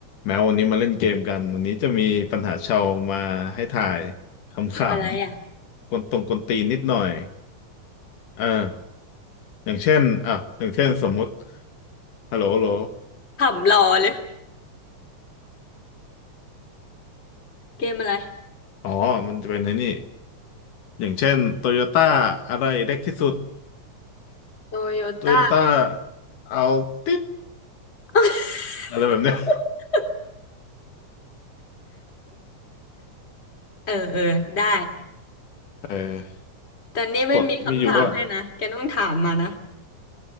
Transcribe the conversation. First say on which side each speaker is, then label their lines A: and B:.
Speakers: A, on the left (about 85°); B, on the left (about 20°).
A: แม้วันนี้มาเล่นเกมกันวันนี้จะมีปัญหาชาวมาให้ถ่ายขำๆกวนตรงกวนตีนนิดหน่อย
B: เกมอะไรอ่ะ
A: เอออย่างเช่นอ่ะอย่างเช่นสมมุติฮัลโหลฮัลโหล
B: ขำรอเลยเกมอะไร
A: อ๋อมันจะเป็นในนี่ อย่างเช่นโตโยต้าอะไรเล็กที่สุด
B: โตโยต้า
A: โตโยต้าเอาติด
B: <laughs>
A: อะไรแบบเนี้ย
B: เออเออได้
A: เออ
B: แต่นี่ไม่มีคำถามให้นะแกต้องถามมานะ
A: กฎมีอยู่ว่า